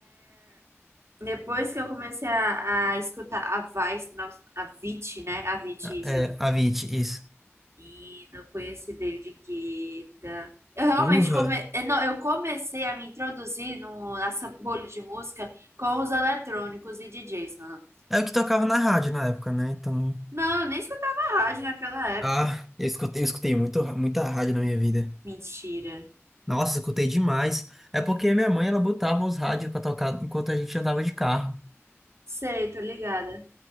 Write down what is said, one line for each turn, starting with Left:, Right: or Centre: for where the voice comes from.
Right: Depois que eu comecei a, a escutar a Vice, nossa, a Vit, né? A Vit, isso.
Centre: É, Avit, isso.
Right: E não conheci David Guetta. Eu realmente
Centre: Urra.
Right: come... eh, não, eu comecei a me introduzir no, nessa bolha de música com os eletrônicos e DJs, mano.
Centre: É o que tocava na rádio na época, né? Então.
Right: Não, eu nem escutava rádio naquela época.
Centre: Ah, eu escutei, eu escutei muito, muita rádio na minha vida.
Right: Mentira.
Centre: Nossa, escutei demais. É porque minha mãe, ela botava os rádios pra tocar enquanto a gente andava de carro.
Right: Sei, tô ligada.